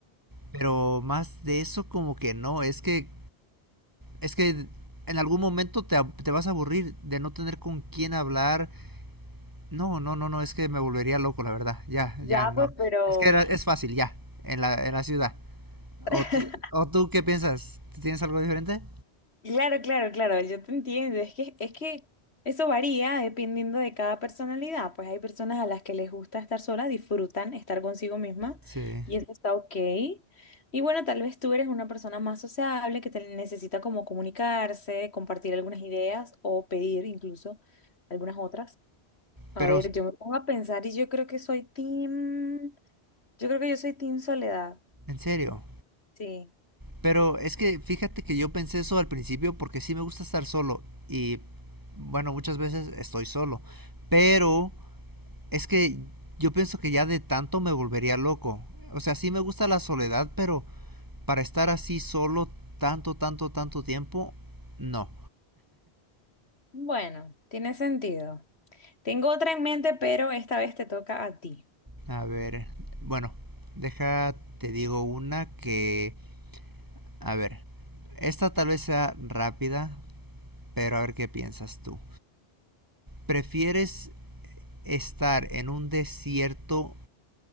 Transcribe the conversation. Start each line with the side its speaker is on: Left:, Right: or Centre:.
Right: Pero más de eso como que no, es que, es que en algún momento te, te vas a aburrir de no tener con quién hablar. No, no, no, no, es que me volvería loco, la verdad. Ya,
Left: Ya,
Right: ya, no.
Left: pues, pero
Right: Es que era- es fácil, ya, en la, en la ciudad. ¿O
Left: <laughs>
Right: tú, o tú qué piensas? ¿Tienes algo diferente?
Left: Claro, claro, claro, yo te entiendo. Es que, es que eso varía dependiendo de cada personalidad. Pues hay personas a las que les gusta estar sola, disfrutan estar consigo misma
Right: Sí.
Left: y eso está ok. Y bueno, tal vez tú eres una persona más sociable que te necesita como comunicarse, compartir algunas ideas o pedir incluso algunas otras. A
Right: Pero,
Left: ver, yo me pongo a pensar y yo creo que soy team, yo creo que yo soy team soledad.
Right: en serio.
Left: Sí.
Right: Pero es que fíjate que yo pensé eso al principio porque sí me gusta estar solo y bueno, muchas veces estoy solo, pero es que yo pienso que ya de tanto me volvería loco. O sea, sí me gusta la soledad, pero para estar así solo tanto, tanto, tanto tiempo, no.
Left: Bueno, tiene sentido. Tengo otra en mente, pero esta vez te toca a ti.
Right: A ver, bueno, deja, te digo una que, a ver, esta tal vez sea rápida, pero a ver qué piensas tú. ¿Prefieres estar en un desierto